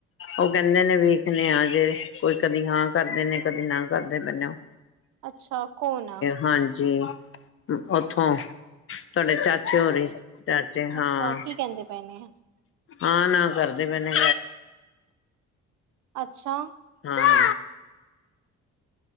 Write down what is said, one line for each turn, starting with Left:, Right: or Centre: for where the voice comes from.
Left: ਓ ਕੈਂਦੇ ਨੇ ਵੇਖਣੇ ਆ ਜੇ ਕੋਈ ਕਦੀ ਹਾਂ ਕਰਦੇ ਨੇ ਕਦੀ ਨਾ ਕਰਦੇ ਪਏ ਨੇ ਓ।
Right: ਅੱਛਾ, ਕੌਣ ਆ
Left: ਹਾਂਜੀ, ਓਥੋਂ ਤੁਆਡੇ ਚਾਚੇ ਹੋਰੀ ਚਾਚੇ, ਹਾਂ।
Right: ਅੱਛਾ ਕੀ ਕਹਿੰਦੇ ਪਏ ਨੇ
Left: ਆ-ਨਾ ਕਰਦੇ ਪਏ ਨੇ।
Right: ਅੱਛਾ।
Left: ਹਾਂ।